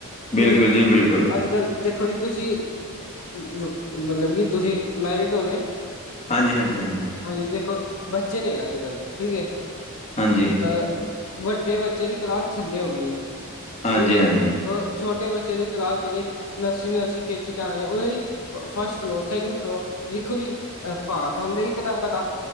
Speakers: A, on the left; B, on the left.
A: ਬਿਲਕੁਲ
B: ਠੀਕ ਹੈ,
A: ਜੀ ਬਿਲਕੁਲ
B: ਅੱਜ- ਕੱਲ ਦੇਖੋ ਜੀ ਤੁਸੀਂ, ਮਤਲਬ ਕੀ ਤੁਸੀਂ ਮੈਰਿਡ ਹੋਣੇ
A: ਹਾਂਜੀ -ਹਾਂਜੀ -ਹਾਂਜੀ
B: ਹਾਂਜੀ, ਦੇਖੋ ਬੱਚੇ ਨੇ ਅੱਜ-ਕੱਲ, ਠੀਕ ਹੈ
A: ਹਾਂਜੀ
B: ਅ ਵੱਡੇ ਬੱਚੇ ਦੀ ਕਲਾਸ ਥੱਲੇ ਹੋ ਗਈ ਹੈ,
A: ਹਾਂਜੀ
B: ਠੀਕ ਹੈ
A: ਹਾਂਜੀ
B: ਉਹ, ਛੋਟੇ ਬੱਚੇ ਦੀ ਕਲਾਸ ਜਿਹੜੇ ਨਰਸਈ ਨਰਸ ਕੇ ਜੀ ਜਾਣ ਉਹ ਫਸਟ ਫਲੋਰ, ਸੈਕਿੰਡ ਫਲੋਰ, ਦੇਖੋ ਜੀ ਅਹ ਭਾਰ ਦਾ ਹੁੰਦਾ ਹੀ ਕਿਤਾਬਾਂ ਦਾ